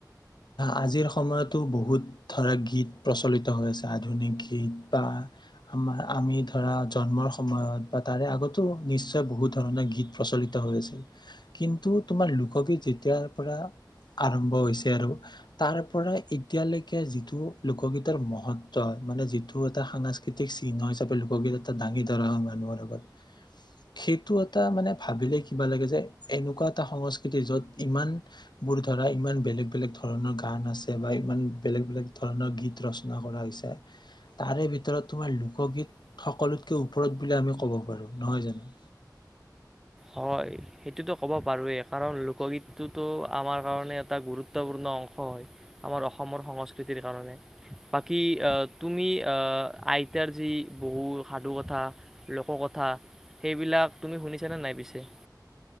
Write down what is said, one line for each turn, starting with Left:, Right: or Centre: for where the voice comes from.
Left: আজিৰ সময়তো বহুত ধৰা গীত প্ৰচলিত হৈ আছে আধুনিক গীত বা আমাৰ আমি ধৰা জন্মৰ সময়ত বা তাৰে আগতো নিশ্চয় বহুত ধৰণৰ গীত প্ৰচলিত হৈ আছিল। কিন্তু তোমাৰ লোকগীত যেতিয়াৰ পৰা আৰম্ভ হৈছে আৰু তাৰ পৰা এতিয়ালৈকে যিটো লোকগীতৰ মহত্ব মানে যিটো এটা সাংস্কৃতিক চিহ্ন হিচাপে লোকগীত এটা দাঙি ধৰা হয় মানুহৰ আগত সেইটো এটা মানে ভাবিলে কিবা লাগে যে এনেকুৱা এটা সংস্কৃতি য'ত ইমান বোৰ ধৰা ইমান বেলেগ, বেলেগ ধৰণৰ গান আছে বা ইমান বেলেগ বেলেগ ধৰণৰ গীত ৰচনা কৰা হৈছে তাৰে ভিতৰত তোমাৰ লোকগীত সকলোতকে ওপৰত বুলি আমি কব পাৰো নহয় জানো?
Centre: হয় সেইটোতো ক'ব পাৰোঁৱেই কাৰণ লোকগীতটোতো আমাৰ কাৰণে এটা গুৰুত্বপূৰ্ণ অংশ হয় আমাৰ অসমৰ সংস্কৃতিৰ কাৰণে বাকী তুমি আ আইতাৰ যি বহু সাধুকথা, লোককথা সেইবিলাক তুমি শুনিছনেে নাই পিছে?